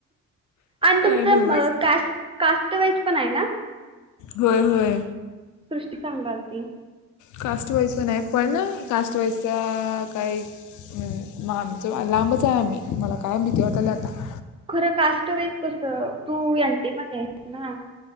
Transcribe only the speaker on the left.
काय
नवच
होय होय
कास्ट वाईज पण आहे पण कास्ट वाईजचा काही म आमचं लांबच आहे आम्ही मला काय भीती वाटालीया आता.